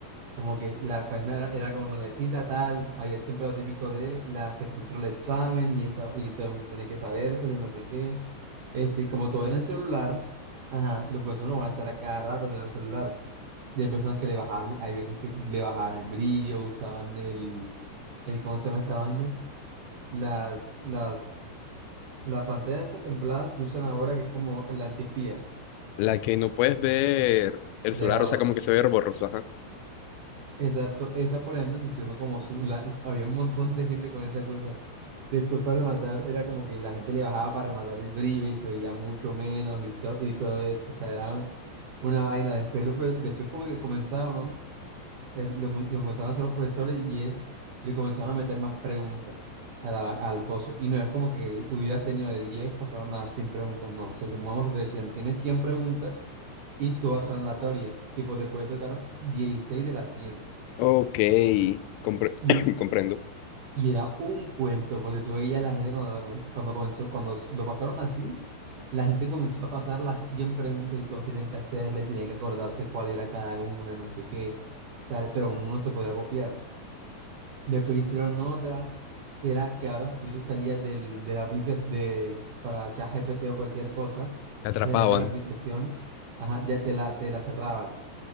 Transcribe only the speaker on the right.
como que la página era, era como nuevecita, tal, había siempre lo típico de la se filtró el examen y, esa, y todo el mundo tiene que sabérselo y no sé qué. Este, y como todo era en el celular, ajá, los profesores no van a estar a cada rato mirando el celular. Y hay personas que le bajaban, hay veces que le bajaban el brillo, usaban el, el ¿cómo se llama esta vaina? Las, las, la pantalla de estas templadas que usan ahora, que es como la antiespía
De
lados.
Exacto. Esa, por ejemplo, se hicieron como su... la- es- había un montón de gente con esa cosa. Después para rematar, era como que la gente le bajaba para rematar el brillo y se veía mucho menos y, to- y todo eso. O sea, era una vaina. Después, lo, pro- después como que comenzaron, ¿no? eh, lo, que- lo comenzaron a hacer los profesores y es, le comenzaron a meter más preguntas a la- al coso. Y no es como que hubieras tenido de 10 pasaron a 100 preguntas, no. O sea, supongamos que te decían, tienes 100 preguntas y todas son aleatorias. Tipo, te puede tocar 16 de las cien
Y,
y era un cuento, porque tú veías a la gente cuando, lo comen- cuando comenzó, cuando lo pasaron así. La gente comenzó a pasar las 100 preguntas y todos tenían que hacerla y tenían que acordarse cuál era cada una, no sé qué, tal, pero uno no se podía copiar. Después hicieron otra que era que ahora si tú te salías del, de la aplicación de, para ChatGPT o cualquier cosa,
te salías de la aplicación, ajá, ya te la, te la cerraban.